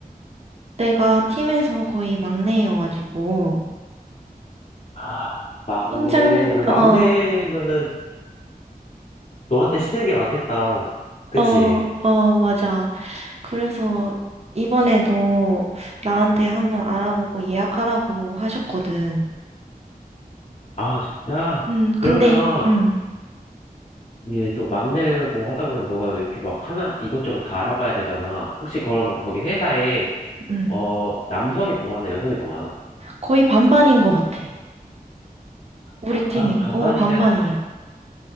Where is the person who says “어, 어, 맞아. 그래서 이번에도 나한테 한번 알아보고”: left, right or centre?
Right